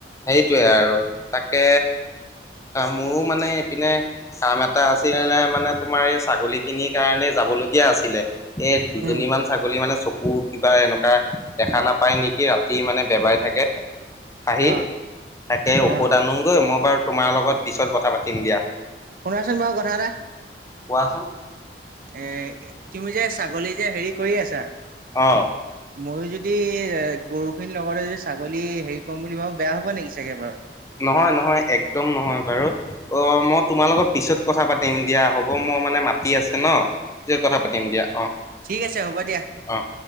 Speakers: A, on the left; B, on the right.
A: সেইটোৱে আৰু তাকে মোৰো মানে এইপিনে কাম এটা আছিলে। মানে তোমাৰ এই ছাগলী খিনিৰ কাৰণে যাবলগীয়া আছিলে, এই দুজনী
B: উম,
A: মান ছাগলী মানে চক কুৰ কিবা এনেকুৱা দেখা নাপায় নেকি, ৰাতি মানে বেবাই থাকে। খাহী,
B: অ',
A: তাকে ঔষধ
B: অ',
A: আনোগৈ। মই বাৰু তোমাৰ লগত পিছত কথা পাতিম দিয়া,
B: শুনাচোন বাৰু কথা এটা
A: কোৱাচোন।
B: এ, তুমি যে ছাগলী যে হেৰি কৰি আছা?
A: অ'।
B: ময়ো যদি, এ গৰুখিনিৰ লগতে যদি ছাগলী হেৰি কৰিম বুলি ভাবো বেয়া হব নেকি চাগে বাৰু।
A: নহয়-নহয়, একদম নহয় বাৰু। অ' মই তোমাৰ লগত পিছত কথা পাতিম দিয়া হ'ব। ম ম মানে মাতি আছে ন। পিছত কথা পাতিম দিয়া। অ'
B: ঠিক আছে হ'ব দিয়া।
A: অ'।